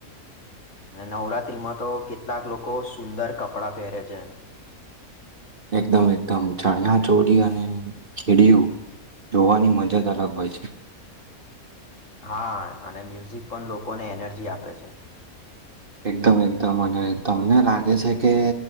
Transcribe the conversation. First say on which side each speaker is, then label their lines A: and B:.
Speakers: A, on the left (about 55°); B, on the right (about 40°).
A: અને નવરાતત્રીમાં તો કેટલાક લોકો સુંદર કપડાં પહેરે છે.
B: એકદમ એકદમ ચણ્યા ચોરી અને કેડિયું. જોવાની મજ જ અલગ હોય છે.
A: હા, અને મ્યુઝિક પન લોકોને એનર્જી આપે છે.
B: એકદમ એકદમ અને તમને લાગે છે કે,